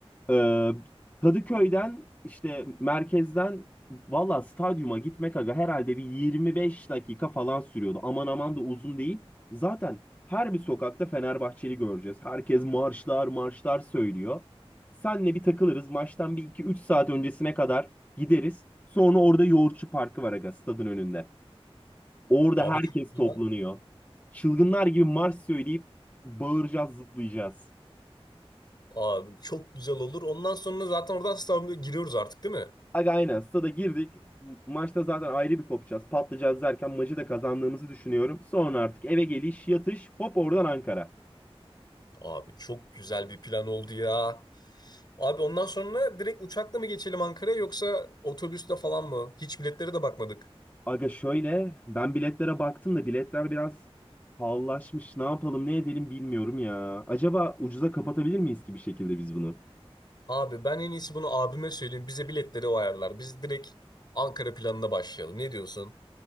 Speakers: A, on the left; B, on the left.
A: Ee, Kadıköy'den işte merkezden valla stadyuma gitmek aga herhalde bir 25 dakika falan sürüyordu. Aman aman da uzun değil. Zaten her bir sokakta Fenerbahçeli göreceğiz. Herkes marşlar marşlar söylüyor. Senle bir takılırız. Maçtan bir iki üç saat öncesine kadar gideriz. Sonra orada Yoğurtçu Parkı var aga stadın önünde. Orada
B: Abi
A: herkes
B: çok güzel.
A: toplanıyor. Çılgınlar gibi marş söyleyip bağıracağız, zıplayacağız.
B: Abi çok güzel olur. Ondan sonra zaten oradan İstanbul'a giriyoruz artık değil mi?
A: Aga aynen stada girdik. Maçta zaten ayrı bir kopacağız. Patlayacağız derken maçı da kazandığımızı düşünüyorum. Sonra artık eve geliş, yatış, hop oradan Ankara.
B: Abi çok güzel bir plan oldu ya. Abi ondan sonra direkt uçakla mı geçelim Ankara'ya yoksa otobüste falan mı? Hiç biletlere de bakmadık.
A: Aga şöyle ben biletlere baktım da biletler biraz pahalılaşmış. Ne yapalım ne edelim bilmiyorum ya. Acaba ucuza kapatabilir miyiz ki bir şekilde biz bunu?
B: Abi ben en iyisi bunu abime söyleyeyim. Bize biletleri o ayarlar. Biz direkt Ankara planına başlayalım. Ne diyorsun?